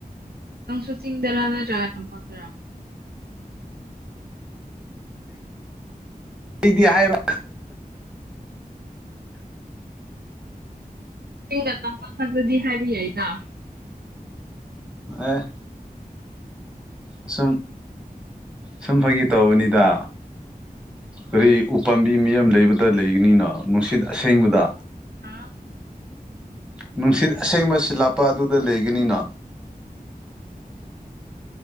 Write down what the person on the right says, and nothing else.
ꯅꯪꯁꯨ ꯆꯤꯡꯗꯔꯥ ꯅꯠꯇ꯭ꯔꯒ ꯇꯝꯄꯥꯛꯇꯔꯥ
ꯆꯤꯡꯒ ꯇꯝꯄꯥꯛꯊꯛꯇꯗꯤ ꯍꯥꯏꯕ ꯌꯥꯏꯗ
ꯍꯥ